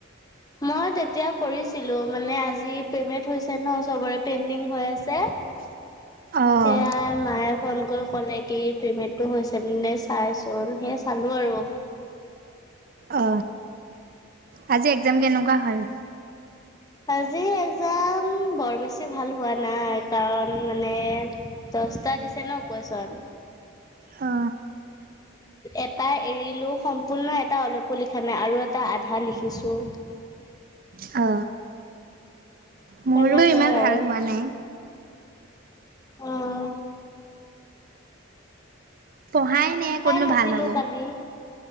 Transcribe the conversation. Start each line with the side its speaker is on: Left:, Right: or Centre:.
Left: অ তেতিয়া কৰিছিলো মানে আজি পেমেন্ট হৈছে ন চবৰে পেডিং হৈ আছে
Right: <unintelligible> অ'
Left: সেয়াই মায়ে ফোন কৰি ক'লে কি পেমেন্টটো হৈছে ন নে চাইচোন হে চালো আৰু
Right: অ আজি এক্জাম কেনেকুৱা হল
Left: আজি এক্জাম বৰ বেছি ভাল হোৱা নাই কাৰণ মানে দচটা দিছে ন কুৱেচন
Right: অ
Left: এটা এৰিলো সম্পূৰ্ণ এটা অলপো লিখা নাই আৰু এটা আধা লিখিছো
Right: অ মোৰো
Left: তেনেকুৱাই
Right: ইমান
Left: আৰু
Right: ভাল হোৱা নাই।
Left: অঁ
Right: পঢ়াই নাই কতনো
Left: নাছিলো
Right: ভাল হ'ব
Left: কালি